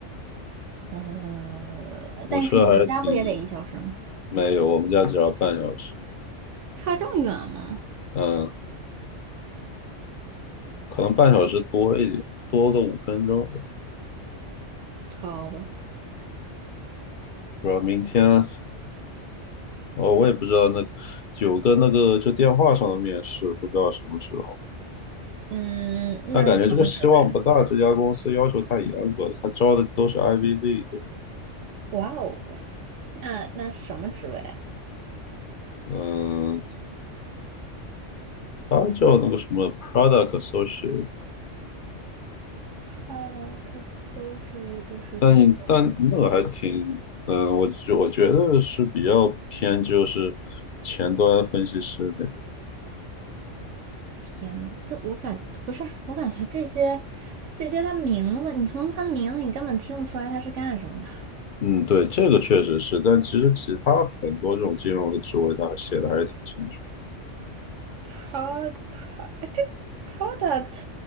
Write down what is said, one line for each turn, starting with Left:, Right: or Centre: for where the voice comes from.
Right: 呃，
Left: 堵车还是挺厉
Right: 但是你回家不也得一小时吗？
Left: 没有，我们家只要半小时，
Right: 差这么远吗？
Left: 嗯，可能半小时多一点，多个五分钟。
Right: 好吧。
Left: 不知道明天，哦，我也不知道那有个那个就电话上的面试，不知道什么时候。
Right: 嗯，那是什么职位啊？
Left: 但感觉这个希望不大，这家公司要求太严格了，他招的都是 i v D，
Right: 哇哦，那那什么职位啊
Left: 嗯，他叫那个什么 Product Associate。
Right: ？Product Associate 是什么东西？
Left: 但但那个还挺，嗯、我觉我觉得是比较偏就是前端分析师那种，
Right: 天呐，这我感不是，我感觉这些这些他名字，你从他的名字你根本听不出来他是干什么的。
Left: 嗯，对，这个确实是，但其实其他很多这种金融的职位，他写的还是挺清楚的
Right: Pro pro 哎这个 product